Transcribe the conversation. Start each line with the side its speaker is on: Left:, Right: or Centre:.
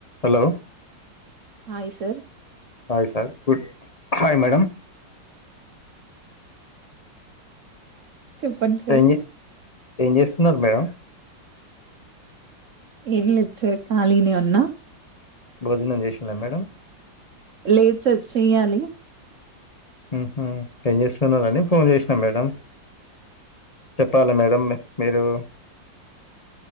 Left: Hello
Right: hi sir
Left: hi sir good hi madam.
Right: చెప్పండి sir
Left: ఏం చే ఏం చేస్తున్నారు మేడం
Right: ఏం లేదుసార్ కాళిగనే ఉన్నా
Left: భోజనం చేసిల్ల మేడం
Right: లేదు సార్ చెయ్యాలి.
Left: ఊహు ఏం చేస్తున్నారని ఫోన్ చేసినాం మేడం చెప్పాలి మేడం మీరు